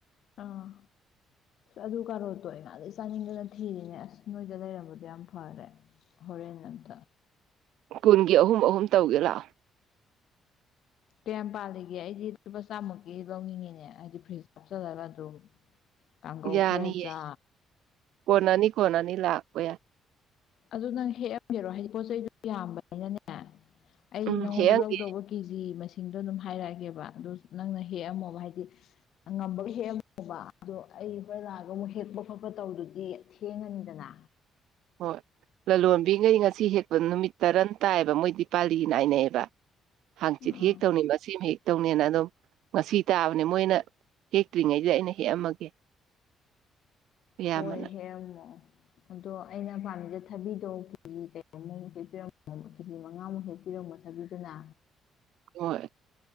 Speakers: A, on the left (about 60°); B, on the right (about 80°).
A: ꯑꯥ ꯑꯗꯨ ꯀꯥꯔꯣꯠꯇꯣ ꯑꯩ ꯅꯥꯟꯗꯩ ꯆꯥꯅꯤꯡꯗꯅ ꯊꯤꯔꯤꯅꯦ ꯑꯁ ꯅꯣꯏꯗ ꯂꯩꯔꯝꯕꯗꯣ ꯌꯥꯝ ꯐꯔꯦ ꯍꯣꯔꯦꯟ ꯑꯝꯇ
B: ꯀꯨꯟꯒꯤ ꯑꯍꯨꯝ ꯑꯍꯨꯝ ꯇꯧꯒꯦ ꯂꯥꯛꯑꯣ
A: ꯀꯌꯥꯝ ꯄꯥꯜꯂꯤꯒꯦ ꯑꯩꯗꯤ ꯂꯨꯄꯥ ꯆꯥꯝꯃꯨꯛꯀꯤ ꯂꯧꯅꯤꯡꯉꯤꯅꯦ ꯍꯥꯏꯗꯤ ꯐ꯭ꯔꯤꯖꯇ ꯍꯥꯞ ꯆꯜꯂꯒ ꯑꯗꯨꯝ ꯀꯥꯡꯒꯧ
B: ꯌꯥꯅꯤꯌꯦ
A: ꯈꯔ ꯆꯥ
B: ꯀꯣꯅꯅꯤ ꯀꯣꯅꯅꯤ ꯂꯥꯛꯄ ꯌꯥꯏ
A: ꯑꯗꯨ ꯅꯪ ꯍꯦꯛꯑꯝꯒꯦꯔꯣ ꯍꯥꯏꯗꯤ ꯄꯣꯠ ꯆꯩꯗꯨ ꯌꯥꯝꯕꯅꯤꯅꯅꯦ ꯑꯩ
B: ꯎꯝ
A: ꯅꯪꯉꯣꯟꯗ
B: ꯍꯦꯛꯑꯝꯒꯦ
A: ꯂꯧꯗꯧꯕ ꯀꯦꯖꯤ ꯃꯁꯤꯡ ꯗꯣ ꯑꯗꯨꯝ ꯍꯥꯏꯔꯛꯑꯒꯦꯕ ꯑꯗꯨ ꯅꯪꯅ ꯍꯦꯛꯑꯝꯃꯣꯕ ꯍꯥꯏꯗꯤ ꯉꯝꯕ ꯍꯦꯛꯑꯝꯃꯣꯕ ꯑꯗꯣ ꯑꯩ ꯍꯣꯔꯦꯟ ꯂꯥꯛꯑꯒ ꯑꯃꯨꯛ ꯍꯦꯛꯄ ꯈꯣꯠꯄ ꯇꯧꯗꯨꯗꯤ ꯊꯦꯡꯉꯅꯤꯗꯅ
B: ꯍꯣꯏ ꯂꯂꯣꯟꯕꯤꯉꯩ ꯉꯁꯤ ꯍꯦꯛꯄ ꯅꯨꯃꯤꯠ ꯇꯔꯟ ꯇꯏꯌꯦꯕ ꯃꯣꯏꯗꯤ ꯄꯥꯂꯤ ꯅꯥꯏꯅꯩꯌꯦꯕ ꯍꯥꯡꯆꯤꯠ
A: ꯑꯥ
B: ꯍꯦꯛꯇꯧꯅꯤ ꯃꯁꯦꯝ ꯍꯦꯛ ꯇꯧꯅꯦꯅ ꯑꯗꯨꯝ ꯉꯁꯤ ꯇꯕꯅꯦ ꯃꯣꯏꯅ ꯍꯦꯛꯇ꯭ꯔꯤꯉꯩꯖꯤꯗ ꯑꯩꯅ ꯍꯦꯛꯑꯝꯃꯒꯦ ꯑꯌꯥꯝꯕꯅ
A: ꯍꯣꯏ ꯍꯦꯛꯑꯝꯃꯣ ꯑꯗꯣ ꯑꯩꯅ ꯄꯥꯝꯃꯤꯖꯦ ꯊꯕꯤꯗꯣ ꯀꯦꯖꯤ ꯀꯩꯅꯣꯃꯨꯛ ꯍꯦꯛꯄꯤꯔꯝꯃꯣ ꯀꯦꯖꯤ ꯃꯉꯥꯃꯨꯛ ꯍꯦꯛ ꯄꯤꯔꯝꯃꯣ ꯊꯕꯤꯗꯨꯅ
B: ꯍꯣꯏ